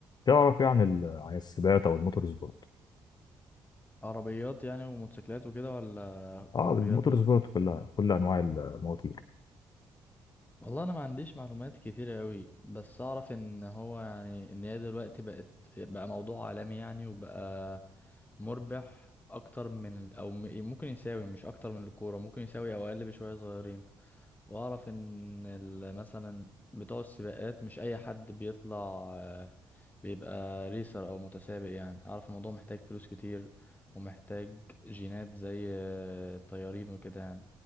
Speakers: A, on the left; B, on the left.
A: تعرف ايه عن ال- عن السباقات او الموتور سبورت
B: عربيات يعني وموتوسيكلات وكده ولا
A: اه
B: عربيات
A: الموتور
B: بس
A: سبورت كلها كل انواع المواتير
B: والله انا ما عنديش معلومات كتيرة قوي بس اعرف ان هو يعني ان هي دلوقتي بقت بقى موضوع عالمي يعني وبقى مربح اكتر من ال- او م- ممكن يساوي مش اكتر من الكورة ممكن يساوي او اقل بشوية صغيرين واعرف ان ال- مثلا بتوع السباقات مش اي حد بيطلع بيبقى ريسر او متسابق يعني اعرف الموضوع محتاج فلوس كتير ومحتاج جينات زي آه، الطيارين وكده يعني